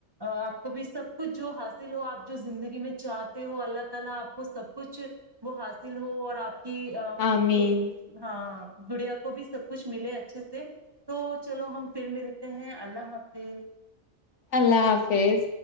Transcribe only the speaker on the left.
آمین
اللہ حافظ